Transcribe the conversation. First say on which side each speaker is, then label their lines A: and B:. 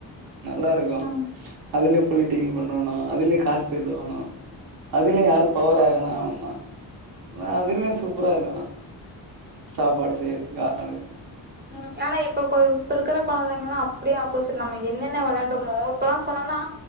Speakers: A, on the right; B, on the right.
A: நல்லாருக்கு
B: ம்
A: அதுல பொலீக்ட்டீ பண்ணுவானா அதுலே காசு திருடுவானா அதுலே யாரு பவர் ஆகுனா அவே தா னா அதுல சூப்பராருக்கு ஆனா சாப்பாடு செய்றதுக்கு ஆளுங்க
B: ம் ஆனா இப்பக்கொ இப்பருக்குற கொழந்தைங்கலா அப்டியே ஆப்போசிட் நம்ம என்னென்ன வெளாண்டம் மோ இப்பல்லா சொன்னன்னா